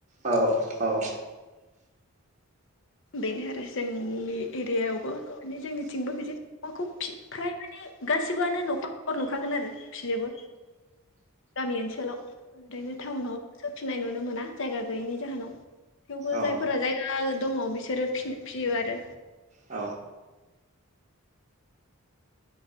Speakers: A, on the right; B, on the left.
A: औ-औ
B: बेनो आरो जोंनि एरियायावबो माने जोंनिथिंबो बिदिनो अमाखौ फि- फ्राय माने गासिबोआनो न'खर- न'खर नुखागोन आरो फिजोबो गामि ओनसोलाव ओरैनो टाउनाव सोफिननाय नुनो मोना जायगा गैयैनि जाहोनाव थेवबो
A: औ
B: जायफोरा जायगा दङ बि सोरो फिनो-फियो आरो
A: औ